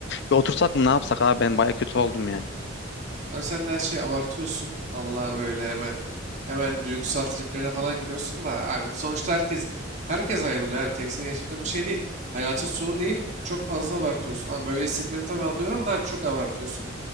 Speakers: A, on the left; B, on the right.
A: Bir otursak mı ne yapsak abi ben baya kötü oldum ya.
B: Abi sen de her şeyi abartıyorsun. Vallahi böyle hemen hemen duygusal triplerine falan giriyorsun da abi sonuçta herkes herkes ayrılıyor abi. Tek senin yaşadığın bir şey değil. Hayatın sonu değil. Çok fazla abartıyorsun. Abi böyle hissetmeni tabii anlıyorum da abi çok abartıyorsun.